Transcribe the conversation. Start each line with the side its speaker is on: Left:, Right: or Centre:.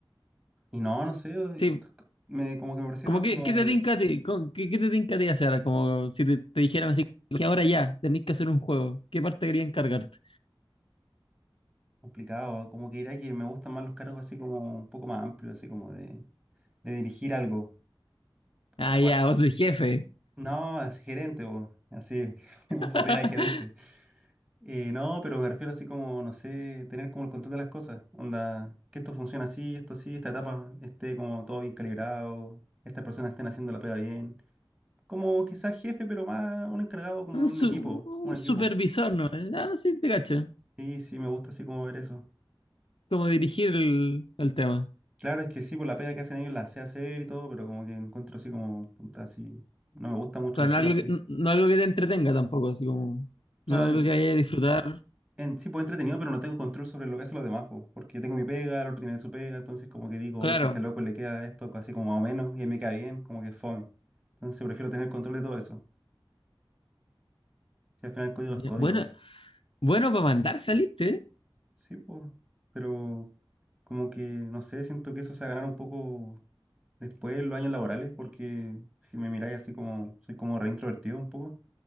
Right: y no, no sé, o- y
Left: Sí,
Right: t- me, como que me parecieron
Left: como que,
Right: como
Left: ¿qué te tinca a ti? Con- ¿Qué, qué te tinca a ti hacer? Como si te, te dijeran así, que ahora ya, tenés que hacer un juego. ¿Qué parte quería encargarte?
Right: complicados, como que diría que me gustan más los cargos así como un poco más amplios, así como de de dirigir algo
Left: Ah,
Right: Una
Left: ya,
Right: par-
Left: vos sois jefe.
Right: No, es gerente, vos. Así, <laughs> busco
Left: <laughs>
Right: pega de gerente. Eh, no, pero me refiero así como, no sé, tener como el control de las cosas. Onda, que esto funciona así, esto así, esta etapa esté como todo bien calibrado, estas personas estén haciendo la pega bien. Como quizás jefe, pero más un encargado como
Left: Un,
Right: de un
Left: su-
Right: equipo, un
Left: un
Right: equipo.
Left: supervisor, ¿no? Ah, no sé, te cacho.
Right: Sí, sí, me gusta así como ver eso.
Left: Como dirigir el, el tema.
Right: Claro, es que sí, por la pega que hacen ellos la sé hacer y todo, pero como que encuentro así como, puta, así, no me gusta mucho,
Left: Claro,
Right: prefiero
Left: no algo
Right: así.
Left: que, no algo que te entretenga tampoco, así como.
Right: O
Left: No
Right: sea,
Left: algo que vaya a disfrutar.
Right: En, sí, pues entretenido, pero no tengo control sobre lo que hacen los demás, po, porque yo tengo mi pega, el otro tiene su pega, entonces como que digo,
Left: Claro.
Right: oye, si este loco le queda esto así como más o menos y a mí me queda bien, como que es fome. Entonces prefiero tener control de todo eso. Si al final el código
Left: Ya,
Right: es código.
Left: Bueno, bueno, para mandar saliste, ¿eh?
Right: Sí, pues, pero como que, no sé, siento que eso se va a ganar un poco después en los años laborales, porque si me miráis así como, soy como reintrovertido un poco,